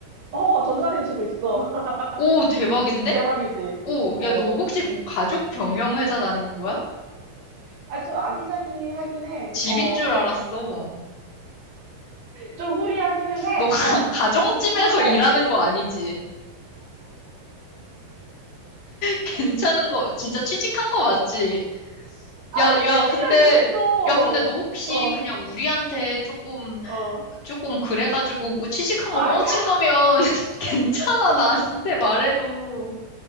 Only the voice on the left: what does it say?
오, 대박인데?
오,
야, 너 혹시 뭐 가족 경영회사 다니는 거야?
집인
줄 알았어.
너 가, <laughs>
가정집에서
일하는 거 아니지? 괜찮은 거, 진짜 취직한 거 맞지?
야,
야, 근데,
야, 근데 너 혹시
그냥 우리한테 조금,
조금 그래가지고 그 취직한
거 뻥친 거면 <laughs> 괜찮아, 나한테 말해도.